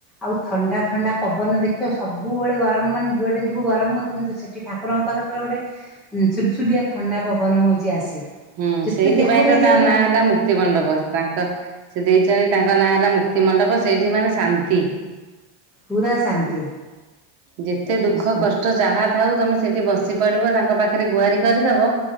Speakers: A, in the centre; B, on the right (about 60°).
A: ଆଉ ଥଣ୍ଡା ଥଣ୍ଡା ପବନ ଦେଖିବ ସବୁବେଳେ ଗରମ ମାନେ ଯୁଆଡେ ଯିବୁ ଗରମ ହୋଉଥୁ କିନ୍ତୁ ସେଠି ଠାକୁରଙ୍କ ପାଖରେ ଗୋଟେ ଉଁ ସୁଲସୁଲିଆ ଥଣ୍ଡା ପବନ ହୋଉଚି ଆସେ।
B: ହୁଁ
A: ଯେତେ
B: ସେଇଥିପାଇଁ
A: ଯାହା ହେଇଯାଉ
B: ତ ତା ନାଁ ହେଲା ମୁକ୍ତି ମଣ୍ଡପ ତାଙ୍କ ସେ ଦେଇଚନ୍ତି ତା ତାଙ୍କ ନାଁ ହେଲା ମୁକ୍ତି ମଣ୍ଡପ ସେଇଠି ମାନେ ଶାନ୍ତି।
A: ପୁରା ଶାନ୍ତି।
B: ଯେତେ ଦୁଃଖ
A: ହୁଁ।
B: କଷ୍ଟ ଯାହା ଥାଉ ତମେ ସେଇଠି ବସି ପଡିବ, ତାଙ୍କ ପାଖରେ ଗୁହାରି କରିଦବ।